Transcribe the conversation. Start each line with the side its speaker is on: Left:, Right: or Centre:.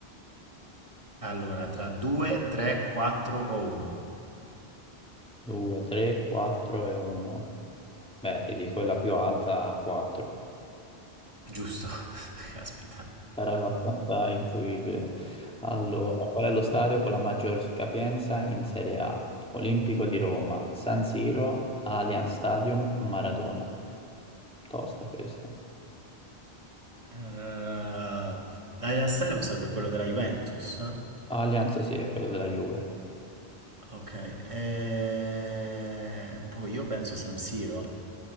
Right: Allora, tra 2, 3, 4 o 1?
Centre: 2, 3, 4 e 1. Beh, ti dico è la più alta, 4.
Right: Giusto, <laughs> caspita.
Centre: Era abbastanza intuibile. Allora, qual è lo stadio con la maggior capienza in Serie A? Olimpico di Roma, San Siro, Allianz Stadium, Maradona. Tosta questa.
Right: Eh, Allianz Stadium sarebbe quello della Juventus?
Centre: Allianz sì, è quello della Juve.
Right: Ok, eh, boh, io penso San Siro.